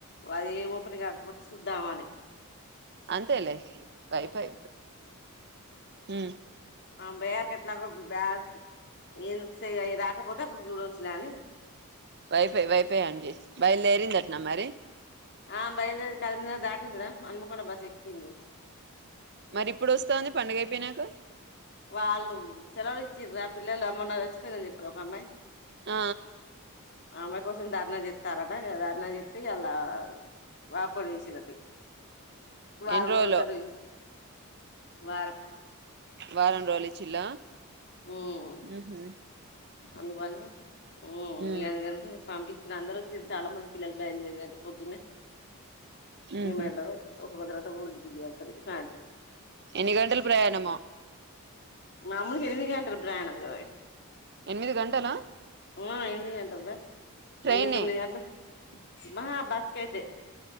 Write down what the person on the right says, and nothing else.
అంతే లే పై పై అ
వైఫై వైఫై ఆన్ జెయి బయల్ దేరిందట్నా మరి
మరి ఇప్పుడు వస్తావుంది పండుగ అయిపోయినాక
ఆ
ఎన్ని రోజులో
వారం రోజులు ఇచ్చిలా
ఉ హ్
ఉ
ఉహు
ఎన్ని గంటలు ప్రయాణమో
ఎనిమిది గంటలా
ట్రైనే